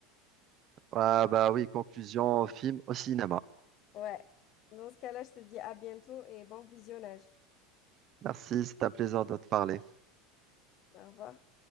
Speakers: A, on the right (about 45°); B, on the left (about 50°).
A: Ah bah oui, conclusion, film au cinéma.
B: Ouais. Dans ce cas-là, je te dis à bientôt et bon visionnage.
A: Merci, c'est un plaisir de te parler.
B: Au revoir.